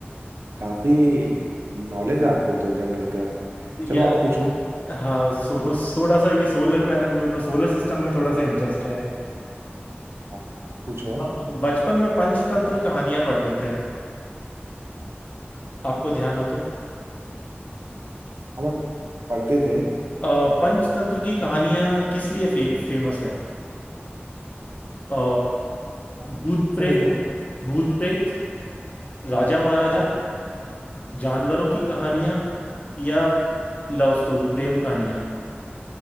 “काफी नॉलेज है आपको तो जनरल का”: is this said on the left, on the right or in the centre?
Right